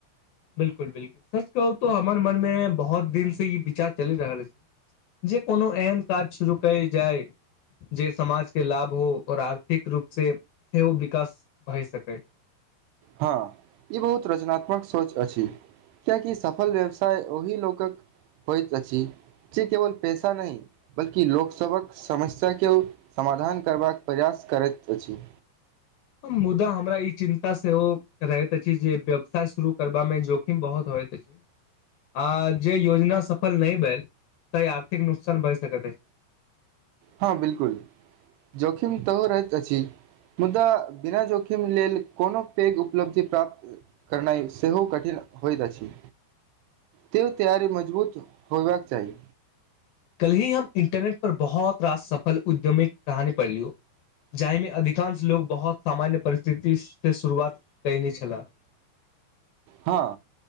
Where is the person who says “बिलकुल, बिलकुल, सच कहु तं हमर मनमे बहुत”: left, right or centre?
Left